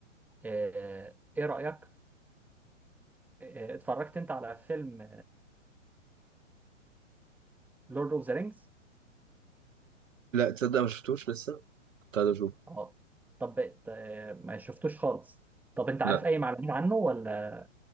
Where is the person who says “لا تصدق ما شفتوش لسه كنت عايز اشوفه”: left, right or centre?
Right